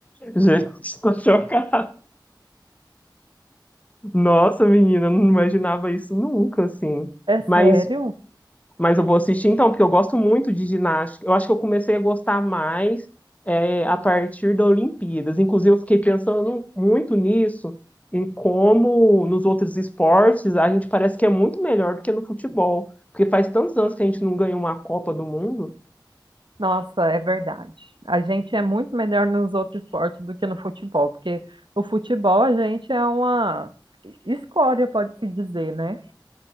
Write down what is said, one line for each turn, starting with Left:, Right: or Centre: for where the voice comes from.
Left: Gente, <laughs> tô chocada. Nossa, menina, não imaginava isso nunca, assim.
Right: É sério?
Left: Mas, mas eu vou assistir então, porque eu gosto muito de ginástica. Eu acho que eu comecei a gostar mais é, a partir da Olimpíadas. Inclusive, eu fiquei pensando muito nisso, em como nos outros esportes a gente parece que é muito melhor do que no futebol. Porque faz tantos anos que a gente não ganha uma Copa do Mundo.
Right: Nossa, é verdade. A gente é muito melhor nos outros esportes do que no futebol, porque no futebol a gente é uma escória, pode-se dizer, né?